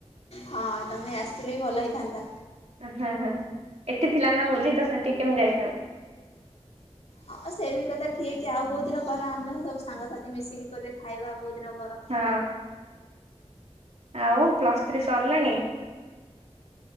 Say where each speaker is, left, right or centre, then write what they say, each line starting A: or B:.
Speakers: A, on the left; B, on the right.
A: ହଁ ତମେ ଆସିଥିଲେ ବି ଭଲ ହେଇଥାନ୍ତା।
B: ହଁ ହଁ ଏଠି ଥିଲା ନା ଭୋଜି ତ ସେଠିକି କେମିତି ଯାଇଥାନ୍ତି?
A: ହଁ ସେଇ ବି କଥା ଠିକ୍ ଆଉ କୋଉ ଦିନ କର ଆମେ ସବୁ ସାଙ୍ଗସାଥି ମିଶିକି ଗୋଟେ ଖାଇବା ଆଉ କୋଉ ଦିନ କର।
B: ହଁ ଆଉ ପ୍ଲସ୍ ଥ୍ରୀ ସରିଲାଣି?